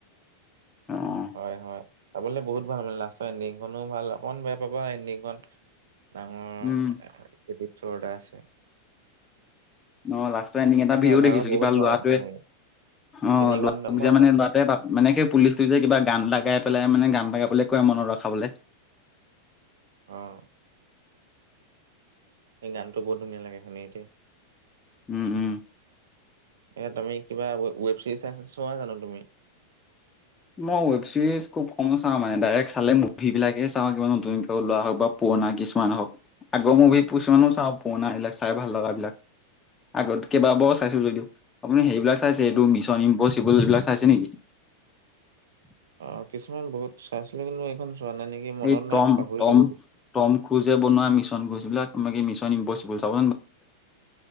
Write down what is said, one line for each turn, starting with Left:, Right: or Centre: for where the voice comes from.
Left: অ',
Right: হয় হয়। চাবলৈ বহুত ভাল মানে লাষ্টৰ এণ্ডিংখনো ভাল অকণ বেয়া পাবা এণ্ডিংখন। ডাঙৰ
Left: উম,
Right: <unintelligible> ছৰৰ্ডাৰ আছে।
Left: অ' লাষ্টৰ এণ্ডিং এটা
Right: মানে
Left: ভিডিও
Right: অভাৰত
Left: দেখিছো
Right: বহুত
Left: কিবা লৰাটোৱে
Right: ভাল তুমি
Left: অ
Right: তিনি
Left: লৰাট
Right: ঘন্টা মই
Left: যে মানে ল'ৰাটোৱে, মানে সেই পুলিচ তোয়ে যে কিবা গান এটা গাই পেলাই মানে গান এটা গাবলে কয় মনত ৰখাবলে।
Right: অঁ। সেই গানটো বৰ ধুনীয়া লাগে শুনি এতিয়া।
Left: উম উম।
Right: এয়া তুমি কিবা ৱেব চিৰিজ আ চোৱা জানো তুমি।
Left: মই ৱেব ছিৰিজ খুব কম চাওঁ মানে ডাইৰেক্ট চালে মুভ বিলাকে চাওঁ কিবা নতুন কে ওলোৱা হওক বা, পুৰনা কিছুমান হওক আগৰ মুভি কিছুমানো চাওঁ পুৰনা এইবিলাক চাই ভাল লগা বিলাক। আগত কেইবাবাৰো চাইছো যদিও আপুনি সেইবিলাক চাইছে
Right: অ
Left: এইটো মিছন ইম পচিবলৈ এই বিলাক চাইছে নেকি। <inaudible>
Right: অ' কিছুমান বহুত চাইছিলো কিন্তু এইখন চোৱা নাই নেকি। মনত
Left: এই
Right: নাই
Left: টম-টম
Right: পাহৰিলো বহুত
Left: টম খোজে বনোৱা মিছন খোজবিলাক কি মিছন ইম্পচিবল চাব